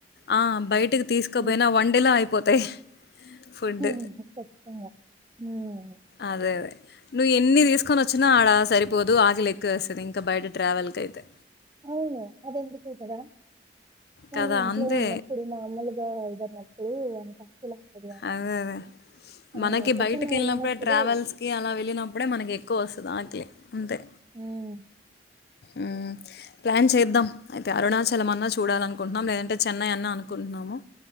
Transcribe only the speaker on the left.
ఆ బయటకి తీసుకోపోయినా
వన్డేలో అయిపోతాయి ఫుడ్
అదే అదే నువ్వు ఎన్ని దీస్ కొనొచ్చినా ఆడ సరిపోదు ఆకలి ఎక్కువ వేస్తదింకా బయట ట్రావెల్కయితే
కదా అంతే
అదే అదే
మనకి
బయటకెళ్ళినప్పుడే
ట్రావెల్స్ కీ అలా వెళ్ళినప్పుడే మనకి ఎక్కువ ఒస్తద్ ఆక్లే అంతే
ఉమ్ ప్లాన్ చేద్దాం అయితే అరుణాచలం అన్నా చూడాలనుకుంటున్నాం లేదంటే చెన్నై అన్నా అనుకుంటున్నాము